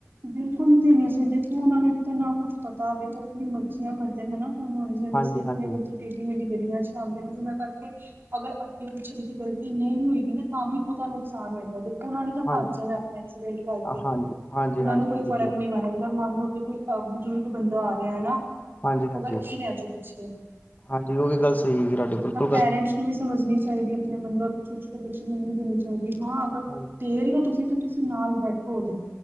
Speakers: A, on the right; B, on the left.
A: ਬਿਲਕੁਲ ਨੀ ਦੇਰੀਆਂ ਸਹੀ ਦੇਖੋ ਉਹਨਾਂ ਨੇ ਤਾਂ ਨਾ ਕੁੱਛ ਪਤਾ ਹੋਵੇ ਉਹ ਆਪਣੀ ਮਰਜ਼ੀਆਂ ਕਰਦੇ ਨੇ ਹਨਾ ਤੁਹਾਨੂੰ <unintelligible> ਜਿਵੇਂ ਦੱਸਿਆ
B: ਹਾਂਜੀ
A: ਕਿਵੇਂ
B: ਹਾਂਜੀ
A: ਬੱਚੇ ਟੇਡੀ ਮੇਡੀ ਗਲੀਆਂ ਚਲਾਉਂਦੇ ਨੇ ਉਹਨਾਂ ਕਰਕੇ ਅਗਰ ਅੱਗੇ ਪਿੱਛੇਦੀ ਗਲਤੀ ਨਹੀਂ ਹੋਏਗੀ ਨਾ ਤਾਂ ਵੀ ਉਹਤਾੂੰ ਨੁਕਸਾਨ ਹੋਏਗਾ ਉਹਨਾਂ ਨੇ ਤਾਂ
B: ਹਾਂਜੀ
A: ਭੱਜ ਜਾਣਾ ਆਪਣੇ ਐਕਸੀਡੈਂਟ ਕਰਕੇ
B: ਹਾਂਜੀ ਹਾਂਜੀ
A: ਉਹਨਾਂ
B: ਹਾਂਜੀ
A: ਨੂੰ ਕੋਈ
B: ਹਾਂਜੀ
A: ਫ਼ਰਕ ਨਹੀਂ ਪੈਣਾ ਚਾਹੀਦਾ, ਮੰਨ ਲਓ ਕਿ ਕੋਈ ਬਜ਼ੁਰਗ ਬੰਦਾ ਆ ਰਿਹਾ ਹਨਾ
B: ਹਾਂਜੀ
A: ਉਹਦਾ
B: ਹਾਂਜੀ
A: ਕੀ ਰਹਿ ਜਾਓ ਪਿੱਛੇ
B: ਹਾਂਜੀ ਉਹ ਵੀ ਗੱਲ ਸਹੀ ਹੈਗੀ ਤੁਹਾਡੀ ਬਿਲਕੁਲ
A: ਤਾਂ
B: ਗੱਲ
A: ਪੇਰੈਂਟਸ ਨੂੰ ਵੀ ਸਮਝਣੀ ਚਾਹੀਦੀ ਆਪਣੇ ਮਤਲਬ ਛੋਟੇ ਛੋਟੇ ਬੱਚਿਆਂ ਨੂੰ ਨਹੀਂ ਦੇਣੀ ਚਾਹੀਦੀ ਹਾਂ ਅਗ
B: ਹਾਂਜੀ
A: ਦੇ ਰਹੇ ਹੋ ਤੁ ਜ <unintelligible> ਤੁਸੀਂ ਨਾਲ ਬੈਠੋ ਉਹਦੇ,